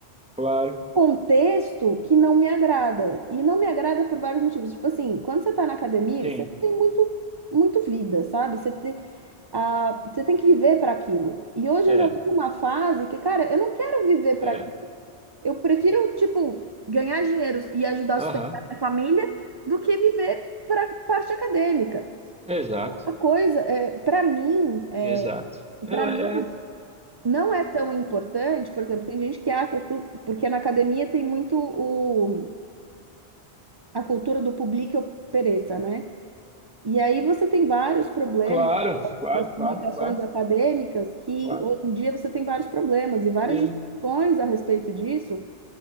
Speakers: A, in the centre; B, on the right.
A: Claro.
B: contexto que não me agrada. E não me agrada por vários motivos. Tipo assim, quando você tá na academia,
A: Sim.
B: você tem muito, muito vida, sabe? Você tem, ah, você tem que viver para aquilo. E hoje
A: É,
B: eu já tô numa fase que, cara, eu não quero viver
A: é.
B: para aquilo. Eu prefiro, tipo, ganhar dinheiro e ajudar
A: Aham.
B: a sustentar minha família do que viver para parte acadêmica.
A: Exato.
B: Uma coisa, é, para mim, é,
A: Exato. Não,
B: para mim
A: é, é.
B: não é tão importante, por exemplo, tem gente que acha, su- porque na academia tem muito o, a cultura do publique ou pereça, né? E aí você tem vários problemas
A: Claro, claro,
B: das publicações
A: claro, claro,
B: acadêmicas, que
A: claro.
B: hoje em dia você tem vários problemas e várias
A: Sim,
B: discussões a respeito disso,